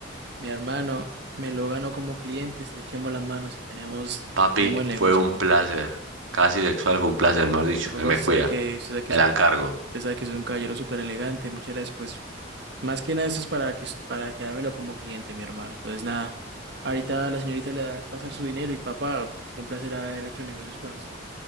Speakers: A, on the right; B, on the right.
A: Mi hermano me lo ganó como cliente, estrechemos las manos y tenemos,
B: Papi,
A: tenemos el negocio,
B: fue un
A: papá.
B: placer. Casi sexual fue un placer, mejor dicho.
A: Tu papá,
B: Él me
A: usted
B: cuida.
A: sabe que, usted sabe que
B: El
A: es un,
B: encargo.
A: usted sabe que es un caballero súper elegante, muchas gracias, pues. Más que nada, esto es para, que, para quedármelo como cliente, mi hermano. Entonces, nada, ahorita a la señorita le das pasar su dinero y papá, fue un placer haber hecho negocios con usted.